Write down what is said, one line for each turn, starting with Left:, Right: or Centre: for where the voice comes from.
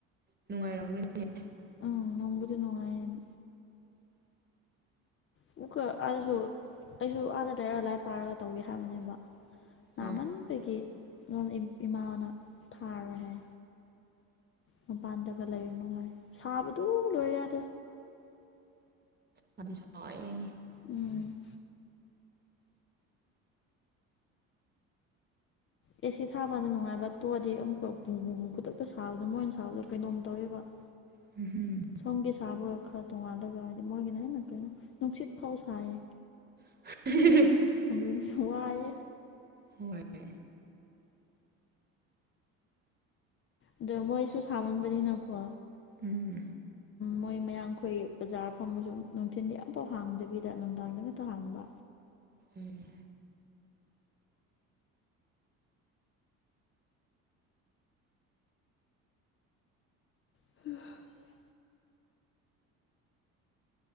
Right: ꯅꯨꯡꯉꯥꯏꯔꯝꯒꯅꯤ
Left: ꯎꯝ ꯅꯣꯡꯕꯨꯗꯤ ꯅꯨꯡꯉꯥꯏꯌ‌ꯦ ꯑꯃꯨꯛꯀ ꯑꯥꯗꯁꯨ ꯑꯩꯁꯨ ꯑꯥꯗ ꯂꯩꯔꯒ ꯂꯥꯏ ꯄꯥꯔꯒ ꯇꯧꯒꯦ ꯍꯥꯏꯕꯅꯦꯕ ꯅꯥꯃꯟꯕꯒꯤ
Right: ꯑꯥ
Left: ꯑꯩꯉꯣꯟꯗ ꯏꯃꯥꯅ ꯊꯥꯔꯣꯏ ꯍꯥꯏ ꯃꯄꯥꯟꯗꯒ ꯂꯩꯔꯅꯨ ꯍꯥꯏꯌꯦ ꯁꯥꯕꯗꯨ ꯂꯣꯏꯔꯦ ꯑꯥꯗ
Right: ꯁꯥꯗꯤ ꯁꯥꯏꯌꯦ
Left: ꯎꯝ ꯑꯦ ꯁꯤ ꯊꯥꯕꯥꯀꯥꯟꯗ ꯅꯨꯡꯉꯥꯏꯕ ꯇꯣꯛꯑꯗꯤ ꯑꯃꯨꯛꯀ ꯕꯨ ꯕꯨ ꯈꯨꯗꯛꯇ ꯁꯥꯕꯗꯨ ꯃꯣꯏꯅ ꯁꯥꯕꯗꯣ ꯀꯩꯅꯣꯝ ꯇꯧꯋꯦꯕ <inaudible>
Right: <unintelligible>
Left: ꯁꯣꯝꯒꯤ ꯁꯥꯕꯒ ꯈꯔ ꯇꯣꯡꯉꯥꯜꯂꯒ ꯍꯥꯏꯗꯤ ꯃꯣꯏꯒꯤꯅ ꯍꯦꯟꯅ ꯀꯩꯅꯣ ꯅꯨꯡꯁꯤꯠ ꯐꯥꯎ ꯁꯥꯏꯌꯦ
Right: <unintelligible>
Left: ꯑꯗꯨꯅꯤ ꯌꯥꯝ ꯋꯥꯏꯌꯦ
Right: ꯍꯣꯏ
Left: ꯑꯗꯣ ꯃꯣꯏꯁꯨ ꯁꯥꯃꯟꯕꯅꯤꯅꯀꯣ
Right: ꯎꯝ
Left: ꯃꯣꯏ ꯃꯌꯥꯡꯈꯣꯏ ꯕꯖꯥꯔ ꯐꯝꯃꯁꯨ ꯅꯨꯡꯊꯤꯟꯗꯤ ꯑꯃꯐꯥꯎ ꯍꯥꯡꯗꯕꯤꯗ ꯅꯨꯡꯗꯥꯡꯗꯈꯛꯇ ꯍꯥꯡꯕ
Right: ꯎꯝ
Left: <unintelligible>